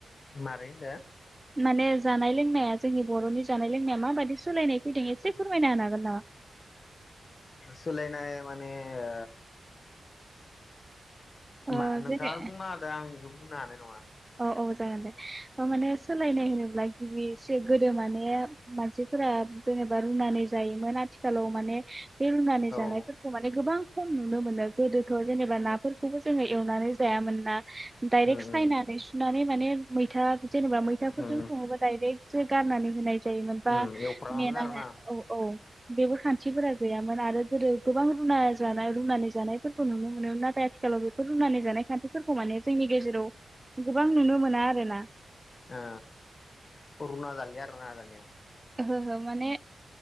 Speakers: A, on the left; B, on the right.
A: मारै होनदो
B: माने जानाय लोंनाया जोंनि बर'नि जानाय लोंनाया माबायदि सोलायनाय फैदों एसे फोरमायना होन हागोन नामा
A: सोलायनाय माने ओ
B: ओ
A: मा नोंथाङानो
B: जेरै
A: बुंनो होदो आं इखो बुंनो हानाय नङा
B: औ जागोन दे माने सोलायनाय होनोब्ला गिबि गोदो माने मानसिफोरा जेनेबा रुनानै जायोमोन आथिखालाव माने बे रुनानै जानायफोरखौ
A: औ
B: माने गोबां खम नुनो मोनो गोदोथ' जेनेबा नाफोरखौबो जोङो एवनानै जायामोन ना डाइरेक्ट
A: उम उम
B: सायना सुनानै माने मैथा जेनेबा मैथाफोरजों
A: उम
B: सङोबा डाइरेक्ट सो‌ गारनानै होनाय जायो मोन बा
A: उम एवफ्रामामोन
B: नेनो
A: आरोना
B: हाया औ औ बेबो खान्थिफोरा गैया मोन आरो गोदो गोबां रुना जानाय रुनानै जानायफोरखौ नुनो मोनोम नाथाय आथिखालाव बेफोर रुनानै जानाय खान्थिफोरखौ माने जोंनि गेजेराव गोबां नुनो मोना आरोना
A: आ रुना जालिया आरोना दानिया
B: ओहो ओहो माने